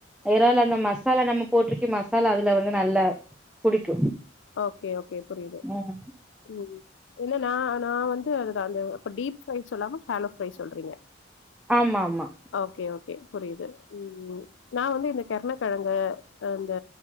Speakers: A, in the centre; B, on the left.
A: எறால அந்த மசாலா நம்ம போட்டிருக்க மசாலா அதுல வந்து நல்லா புடிக்கு
B: ஓகே ஓகே புரியுது
A: ம்
B: ம் இல்ல ந நா வந் து அது அந்த்ப்ப டீப் ப்ரை சொல்லாம ஸ்தலோ ஃப்ரை சொல்றீங்க
A: ஆமா ஆமா
B: ஓகே ஓகே புரியுது ம் ம் நா வந்து இந்த கர்ணக்கெழங்கு அ இந்த